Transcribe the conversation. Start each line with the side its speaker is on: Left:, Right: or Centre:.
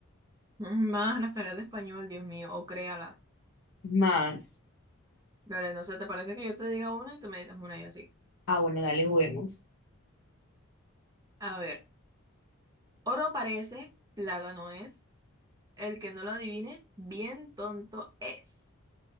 Right: <laughs> Más las tareas de español, Dios mío, o créala.
Left: más.
Right: Dale, no sé, ¿te parece que yo te diga una y tú me dices una y así?
Left: Ah, bueno, dale, juguemos.
Right: A ver, oro parece, plata no es. El que no lo adivine, bien tonto es.